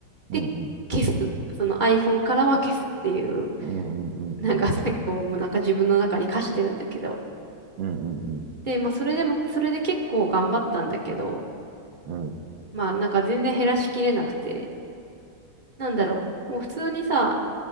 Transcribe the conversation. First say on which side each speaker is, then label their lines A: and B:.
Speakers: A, on the right; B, on the right.
A: うん、
B: で、
A: うん、うん、
B: 消す。その iPhone からは消すっていう、
A: うん、うん、
B: なんか結構もうなんか自分の中に課してるんだけど。
A: うん、うん、うん、
B: で、まあ、それでも、それで結構頑張ったんだけど、
A: うん、うん、
B: まあ、なんか全然減らしきれなくて、なんだろう。もう普通にさ、